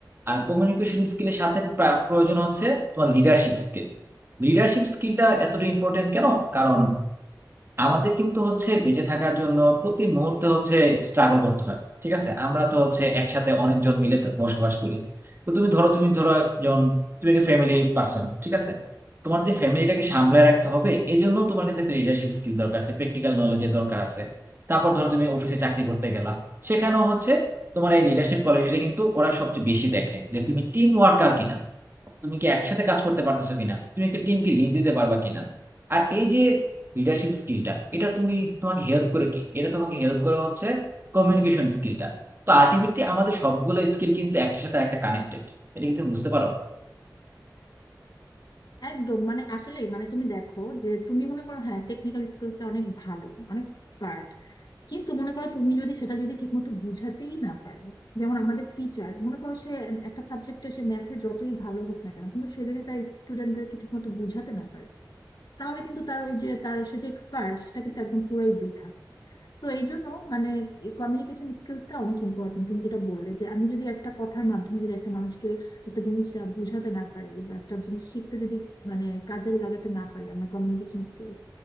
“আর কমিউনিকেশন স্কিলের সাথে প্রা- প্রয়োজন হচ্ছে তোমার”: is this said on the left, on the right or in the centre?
Right